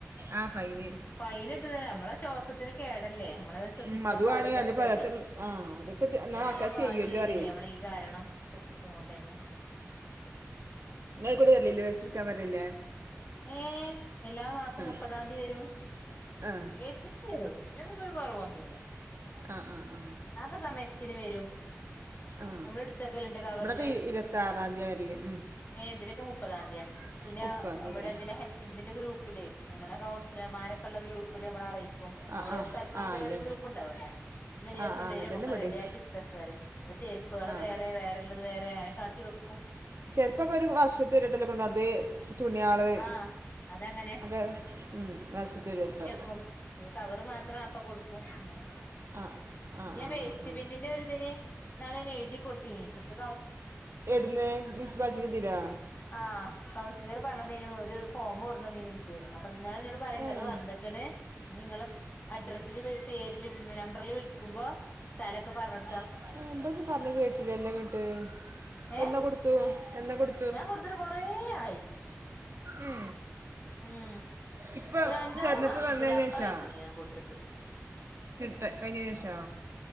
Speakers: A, on the right (about 55°); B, on the left (about 35°).
A: ആ ഫൈന്
B: ഫൈനിട്ട് തരാമ്മളെ ശ്വാസത്തിന് കേടല്ലേ നമ്മളെ ശ്വസിക്കാൻ
A: ഉം അതുവാണ്
B: പാടില്ലാത്തതല്ലേ
A: അത് പറയാത്ത ആ അതൊക്കെ എന്നാ
B: രോഗംവാങ്ങിവരെല്ലേ
A: ആൾക്കാര് ചെയ്യുവല്ലോ അറിയേ
B: നമ്മളീകാരണം ശ്വസിക്കുണൊണ്ടന്നെ ഉം
A: യ്ക്കുടെവർലില്ലേ വേസ്റ്റ്ട്കാൻ വർലില്ലേ
B: ആ എല്ലാമാസം
A: ആ
B: മുപ്പതാംതീ വരും
A: ആ
B: വേസ്റ്റ് ട്ക്കാവരും <unintelligible> കൊറവൊന്നുല്ല
A: ആ ആ ആ
B: ആക്ക സമയത്തിന് വരും
A: ആ
B: നമ്മളെടുത്തക്കെല്ലണ്ട് കവറില്
A: ഇവിടൊക്കെ ഇരുപത്താറാം തീയതി വരല് ഉം
B: ഏ എന്തിനൊക്കെ പ്പതാംതിയാ പിന്നെ
A: മുപ്പതാം തീയതി
B: അവിടെതില്
A: അല്ലേ
B: ഹൈതിദ്ദിന്റെ ഗ്രൂപ്പില് നമ്മളെ കൗൺസ് ക്ലിയറർമാരൊക്കെള്ള ഗ്രൂപ്പില്മ്മള് അറീക്കും ഞമ്മളോരോ
A: ആ ആ
B: സ്ഥലത്തൊക്കെപ്പൊരോരോ
A: ആ അതെ
B: ഗ്രൂപ്പ്ണ്ടാവുലെ ഇന്ന് ദിവസംവരും
A: ആ ആ അങ്ങനെ തന്നെ
B: ഒക്കെറെഡിയാ
A: ഇവിടെയും
B: ക്കിട്ത്തക്കാന് പ്പൊചെരുപ്പാള്
A: ആ
B: വേറെ വേറെള്ളത് വേറെ അങ്ങനൊക്കാക്കി വെക്കും
A: ചെരിപ്പൊക്ക ഒരു വവർഷത്തി തരുട്ടല്ലെ കൊണ്ടാത് തുണിയാള്
B: ആഹ് അതങ്ങനെ
A: അക്കെ മ് വശത്തരുട്ടോ
B: കും പിന്നെ കവറ് മാത്രം അപ്പ കൊടുക്കും അങ്ങനെ
A: ആ ആ
B: പിന്നെ
A: ആ
B: വേസ്റ്റ്
A: ആ ആ
B: പിന്നിന്റെ ഒരുതിന് ഇനാള് ഞാ എഴുതികൊട്തീനി ങ്ങട്ട്
A: എട്ന്ന് മുനിസിപ്പാലിറ്റി തിനോ
B: ആ കൗൺസിലർ പറഞ്ഞ തേനു ഒര് ഫോമ് കൊടുന്നന്നീന് ഇൻക്ക് അപ്പൊ ഇന്നലെ ന്നോട് പറിണ്ട്
A: ഏ
B: അത് വന്ന്ക്ക്ണ് നിങ്ങള് അഡ്രസ്സില് വീ പേരില് നമ്പറില് വിളിക്കുമ്പോ സ്ഥലക്കെ പറഞ്ഞൊട്
A: മ് ഇമ്പടന്നും പറഞ്ഞേകേട്ടിലല്ലൊങ്ങട്ട്
B: ഏഹ്
A: എന്നാ കൊടുത്തൂ എന്നാ കൊട്
B: ഞാൻ കൊട്ത്ത്ട്ട് കൊറേ ആയി
A: ഏ
B: ഉം
A: ഇപ്പൊ
B: ഒരഞ്ചാറ്
A: തെരഞ്ഞെടുപ്പ്
B: മാസത്തിനപ്പറയിക്ക്ണ്
A: വന്നതിന് ശേഷാ
B: ഞാൻ കൊടുത്തിട്ട്
A: ട്ട് കഴിഞ്ഞേന് ഷോ